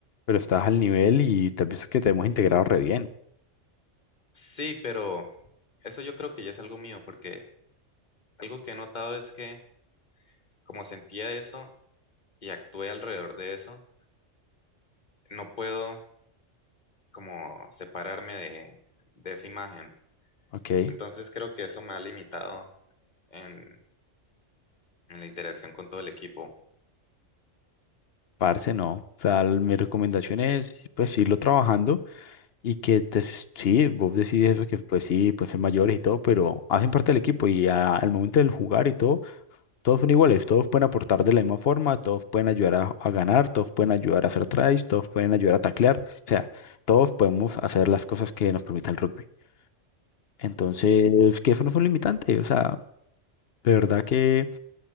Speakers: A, on the left; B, on the left.
A: pero estás al nivel y te has visto que te hemos integrado re bien.
B: Sí, pero eso yo creo que ya es algo mío, porque algo que he notado es que como sentía eso y actué alrededor de eso, no puedo como separarme de, de esa imagen.
A: Ok,
B: Entonces creo que eso me ha limitado en, en la interacción con todo el equipo.
A: parce, no. O sea, el- mi recomendación es, pues, irlo trabajando y que te, s- sí, vos decides eso, que pues sí, pueden ser mayores y todo, pero hacen parte del equipo y a- al momento del jugar y todo. Todos son iguales, todos pueden aportar de la misma forma, todos pueden ayudar a, a ganar, todos pueden ayudar a hacer tries, todos pueden ayudar a taclear, o sea, todos podemos hacer las cosas que nos permita el rugby. Entonces,
B: Sí.
A: que eso no es un limitante, o sea, de verdad que